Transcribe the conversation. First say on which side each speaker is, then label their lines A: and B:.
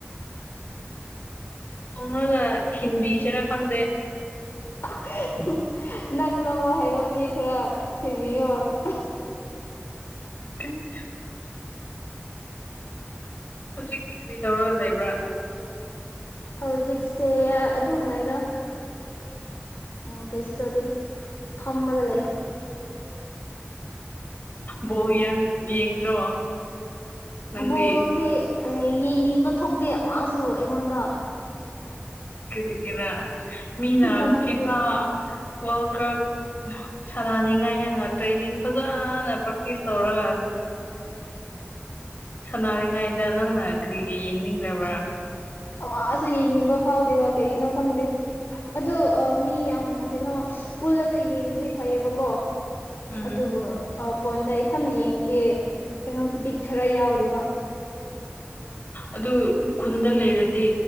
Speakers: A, on the left; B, on the left.
A: ꯊ‌ꯣꯡꯉꯒ ꯊꯤꯟꯕꯤ ꯁ‌ꯦꯔ ꯈꯪꯗꯦ
B: <unintelligible> ꯅꯪꯪ ꯂꯧꯕ ꯍꯩꯕ ꯃꯤ ꯈꯔ ꯊꯤꯕꯤꯌꯣ
A: <inaudible> ꯍꯧꯖꯤꯛꯇꯤ ꯀꯔꯤ ꯇꯧꯔꯒ ꯂꯩꯕ꯭ꯔꯥ
B: ꯍꯧꯖꯤꯛꯁꯦ ꯑꯗꯨꯝ ꯂꯩꯗ ꯎꯝ ꯀꯩꯁꯨ ꯇꯧꯗꯦ ꯐꯝꯃꯒ ꯂꯩꯌꯦ
A: ꯕꯣꯜꯂꯤꯌꯥꯡ ꯌꯦꯡꯗ꯭ꯔꯣ ꯅꯪꯗꯤ
B: ꯕꯣꯜꯗꯤ ꯌꯦꯡꯅꯤꯡꯕ ꯊꯣꯛꯇꯦ ꯑꯃꯁꯨ ꯑꯩꯉꯣꯟꯗ
A: ꯀꯔꯤꯒꯤꯔꯥ ꯃꯤꯅ
B: ꯈꯪꯗꯦ
A: ꯐꯤꯐꯥ ꯋꯥꯔꯜ ꯀꯔꯞ ꯁꯥꯟꯅꯅꯤꯡꯉꯥꯏ ꯍꯥꯏꯅ ꯇ꯭ꯔꯦꯅꯤꯡ ꯐꯖꯅ ꯄ꯭ꯔꯦꯛꯇꯤꯁ ꯇꯧꯔꯒ ꯁꯅꯥꯔꯤꯉꯩꯗ ꯅꯪꯅ ꯀꯔꯤꯒꯤ ꯌꯦꯡꯅꯤꯡꯗꯕ꯭ꯔꯥ
B: ꯑꯃꯁꯨ ꯌꯦꯡꯅꯤꯡꯕ ꯐꯥꯎꯗꯦꯕ ꯀꯩꯒꯤꯅꯣ ꯈꯪꯗꯦ ꯑꯗꯣ ꯑ ꯃꯤ ꯌꯥꯝ ꯀꯩꯅꯣ ꯄꯨꯜꯂꯒ ꯌꯦꯡꯕꯗꯤ ꯐꯩꯌꯦꯕꯀꯣ
A: ꯎꯝ
B: ꯑꯗꯨꯕꯨ ꯐꯣꯟꯗ ꯏꯊꯅ ꯌꯦꯡꯕꯗꯤ ꯀꯩꯅꯣ ꯕꯤꯠ ꯈꯔ ꯌꯥꯎꯗꯦꯕ
A: ꯑꯗꯨ ꯈꯨꯟꯗ ꯂꯩꯔꯗꯤ